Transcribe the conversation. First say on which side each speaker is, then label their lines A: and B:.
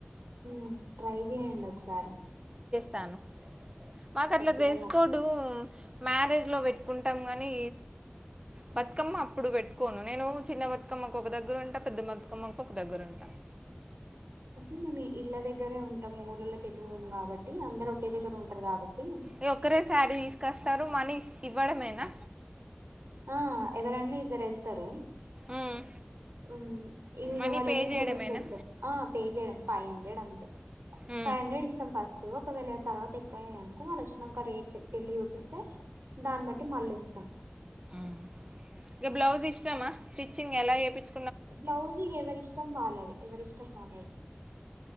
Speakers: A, on the right; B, on the right.
A: మ్ ట్రై చేయండ్ ఒక్సారి
B: తాను మాకట్లా
A: ఖచ్చితంగా
B: డ్రెస్ కోర్డూ మ్యారేజ్లో పెట్టుకుంటం గనీ బతుకమ్మ అప్పుడు పెట్టుకోను నేను చిన్న బతు తుకమ్మకొక దగ్గరుంట, పెద్ద బతుకమ్మకొక దగ్గరుంట.
A: ఇగ మీ ఇళ్ళ దగ్గరే ఉంటము ఊర్లల్లక్ ఎటు పోమ్ కాబట్టి అందరు ఒకే దగ్గర ఉంటారు కాబట్టి
B: ఇగ ఒక్కరే సారీ తీస్కస్తరు మనీ ఇవ్వడమేనా?
A: ఆ ఎవరన్న ఇద్దరెళ్తరు
B: ఉమ్.
A: మ్ ఇ ఇగ
B: మనీ
A: వాల్లెళ్ళి
B: పే
A: ఫొటోస్
B: చేయడమేనా
A: పెడ్తరు ఆ పే చేయడం ఫైవ్ హండ్రెడ్ అంతే
B: ఉమ్.
A: ఫైవ్ హండ్రెడ్ ఇస్తం ఫస్ ట్ ఒకవేళ తర్వాత ఎక్కువైయ్యానుకో వాళ్ళు వచ్చినంక రేట్ చెప్ ఎళ్ళి చూపిస్తే దాన్ బట్టి మల్లిస్తాం.
B: మ్ ఇగ బ్లౌజ్ ఇష్టమా స్టిచ్చింగ్ ఎలా చేపిచ్
A: బ్లౌజ్ ఇగ ఎవరిష్టం వాళ్ళది ఎవరిష్టం వాళ్ళది.